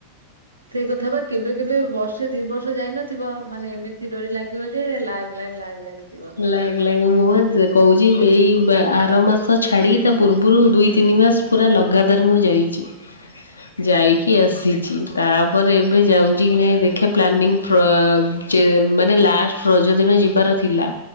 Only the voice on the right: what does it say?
ସେଇ କଥା ବା କେବେ କେବେ ବର୍ଷେ ଦି ବର୍ଷ ଯାଇନଥିବ ମାନେ ଏମିତି ଡୋରି ଲାଗିବ ଯେ ଲାଗ ଲାଗ ଲାଗ ଲାଗ ଜିବ।